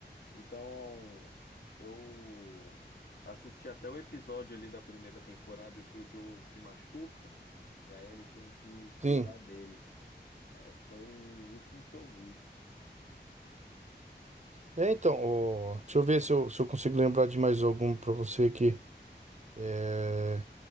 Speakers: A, on the left; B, on the right.
A: Então, eu assisti até o episódio ali da primeira temporada que o Joel se machuca e aí ele tem que cuidar
B: Sim.
A: dele. É, foi o último que eu vi.
B: É, então, ó, deixa eu ver se eu, se eu consigo lembrar de mais algum pra você aqui. É,